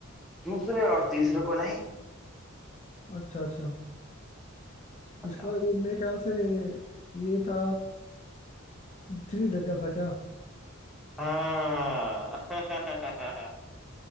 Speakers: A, in the centre; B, on the left.
A: दूसरे और तीसरे को नहीं
B: अच्छा अच्छा
A: बताओ
B: इसका ये मेरे ख्याल से ये था थ्री इडियट का था क्या
A: हाँ <laughs>